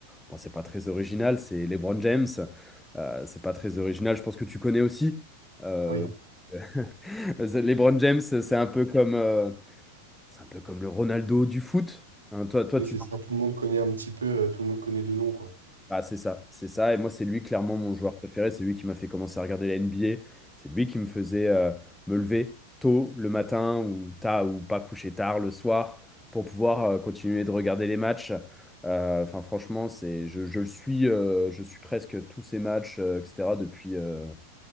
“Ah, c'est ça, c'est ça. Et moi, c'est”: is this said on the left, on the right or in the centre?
Centre